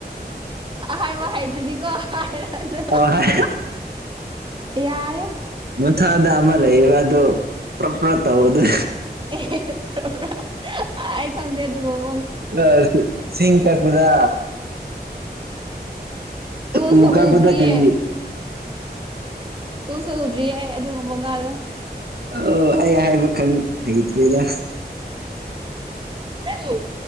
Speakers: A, on the right; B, on the right.
A: ꯍꯥꯏꯕ ꯍꯥꯏꯗ꯭ꯔꯗꯤꯀꯣ ꯍꯥꯏꯔꯅꯨ
B: ꯑꯣ ꯍ <unintelligible>
A: ꯌꯥꯔꯦ
B: ꯃꯊꯗ ꯑꯃ ꯂꯩꯑꯦꯕ ꯑꯗꯣ ꯄꯣꯄ꯭ꯔ ꯇꯧꯕꯗꯨ
A: ꯑꯦ꯭ꯔ ꯑꯩ ꯈꯪꯗꯦ ꯑꯗꯨꯒ <unintelligible>
B: ꯑ ꯆꯤꯡ ꯆꯠꯄꯗ
A: ꯎꯁꯨ
B: ꯎ ꯀꯥꯥꯛꯄꯗ
A: ꯎꯗ꯭ꯔꯤꯌꯦ
B: ꯀꯔꯤ
A: ꯎꯁꯨ ꯎꯗ꯭ꯔꯤꯌꯦ ꯑꯗꯨꯒꯨꯝꯕ ꯉꯥꯗꯣ
B: ꯑꯣ ꯑꯩ ꯍꯥꯏꯕ ꯈꯪ ꯍꯩꯇ꯭ꯔꯦꯗ
A: ꯍꯣ